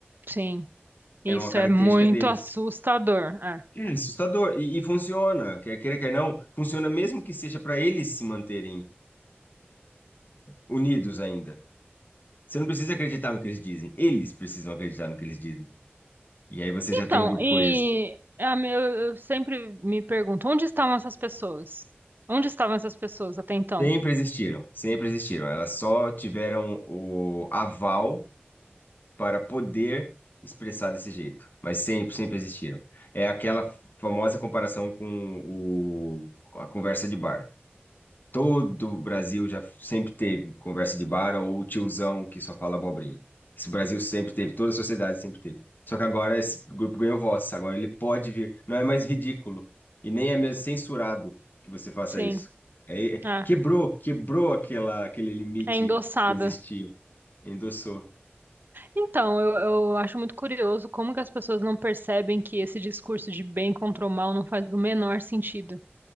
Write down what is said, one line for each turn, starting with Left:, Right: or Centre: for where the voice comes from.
Right: Sim, isso
Left: É uma característica
Right: é muito
Left: deles.
Right: assustador. é.
Left: É assustador. E, e funciona, quer queira, quer não, funciona mesmo que seja para eles se manterem unidos ainda. Você não precisa acreditar no que eles dizem, eles precisam acreditar no que eles dizem. E aí você
Right: Então,
Left: já tem um grupo
Right: e
Left: coeso.
Right: a me- eu eu sempre me pergunto, onde estavam essas pessoas? Onde estavam essas pessoas até então?
Left: Sempre existiram, sempre existiram. Elas só tiveram o aval para poder expressar desse jeito, mas sempre, sempre existiram. É aquela famosa comparação com o, a conversa de bar. Todo o Brasil já sempre teve conversa de bar ou o tiozão que só fala abobrinha. Isso o Brasil sempre teve, toda a sociedade sempre teve. Só que agora esse grupo ganhou voz, agora ele pode vir. Não é mais ridículo e nem é mesmo censurado que você faça
Right: Sim,
Left: isso. É, é,
Right: é,
Left: quebrou, quebrou aquela, aquele limite
Right: é endossada.
Left: que existia, endossou.
Right: Então, eu, eu acho muito curioso como que as pessoas não percebem que esse discurso de bem contra o mal não faz o menor sentido.